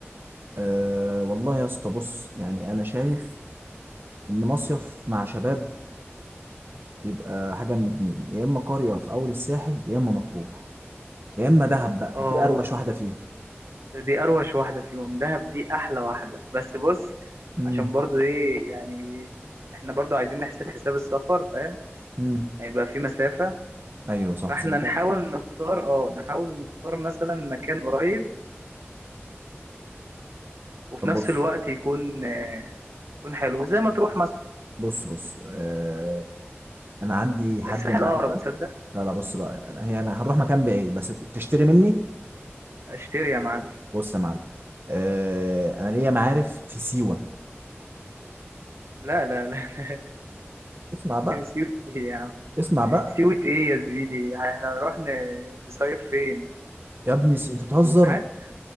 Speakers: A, on the right; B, on the right.
A: آه، والله يا اسطى بص يعني انا شايف ان مصيف مع شباب يبقى حاجه من اتنين يا اما قريه في اول الساحل يا اما مطروح يا اما دهب بقى
B: اه
A: ودي اروش واحده فيهم
B: دي اروش واحده فيهم دهب دي احلى واحده بس بص
A: امم
B: عشان برضو ايه يعني احنا برضو عايزين نحسب حساب السفر فاهم
A: امم
B: هيبقى في مسافه
A: ايوه صح
B: فاحنا
A: تصدق
B: نحاول نختار اه نحاول نختار مثلا مكان قريب وفي
A: طب
B: نفس
A: بص
B: الوقت يكون آه، يكون حلو زي ما تروح مثلا
A: بص بص آه انا عندي حد
B: الساحل اقرب
A: معرفه
B: تصدق
A: لا لا بص بقى أنا- هي هنروح مكان بعيد بس تشتري مني
B: اشتري يا معلم
A: بص يا معلم آه انا ليا معارف في سيوه
B: لا لا لا <laughs>
A: اسمع بقى
B: لا. سيوة ايه يا عم
A: اسمع بقى
B: سيوة ايه يا زميلي احنا هنروح ن- نصيف فين في
A: يا ابني س... انت بتهزر
B: الواحات